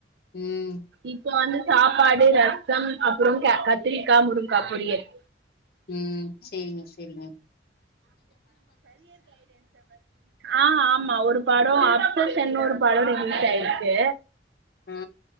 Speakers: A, on the left (about 55°); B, on the right (about 65°).
A: ம்
B: இப்ப வந்து சாப்பாடு ரசம் அப்புறம் கே கத்திரிக்காய் முருங்காய் பொரியல்
A: ம் செரிங்க செரிங்க
B: ஆ ஆமா ஒரு படம் என்னோட படம் ரிலீஸ் ஆயிருக்கு
A: ஆ